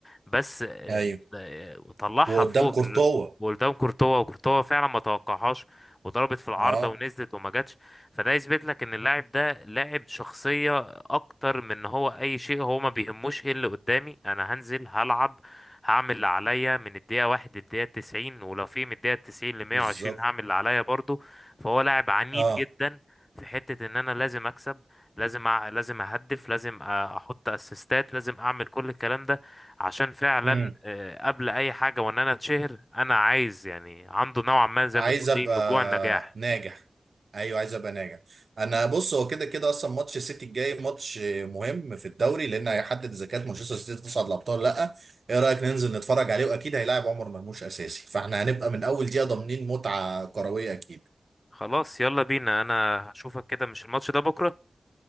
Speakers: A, on the left; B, on the right.
A: بس آه،
B: ايوه
A: آه، طلعها
B: وقدام
A: فوق
B: كورتوا
A: ال- وقدام كورتوا وكورتوا فعلا ما توقعهاش وضربت في العارضه
B: اه
A: ونزلت وما جاتش فده يثبت لك ان اللاعب ده لاعب شخصية اكتر من ان هو اي شيء هو ما بيهموش ايه اللي قدامي انا هنزل هلعب هعمل اللي عليا من الدقيقة واحد للدقيقة تسعين ولو في من الدقيقة تسعين لمية
B: بالظبط
A: وعشرين هعمل اللي عليا برضو فهو لاعب عنيد
B: اه
A: جدا في حتة ان انا لازم اكسب لازم أع... لازم اهدف لازم أ- احط اسيستات لازم اعمل كل الكلام ده عشان فعلا
B: امم
A: آه، قبل اي حاجة وان انا اتشهر انا عايز يعني عنده نوعا ما زي
B: عايز
A: ما تقول
B: ابقى
A: ايه من جوع النجاح
B: ناجح ايوه عايز ابقى ناجح انا بص هو كده كده اصلا ماتش السيتي الجاي ماتش مهم في الدوري لان هيحدد اذا كانت مانشستر سيتي تصعد الابطال ولا لا ايه رايك ننزل نتفرج عليه واكيد هيلاعب عمر مرموش اساسي فاحنا هنبقى من اول دقيقه ضامنين متعه كرويه اكيد
A: خلاص يلا بينا انا هشوفك كده مش الماتش ده بكرة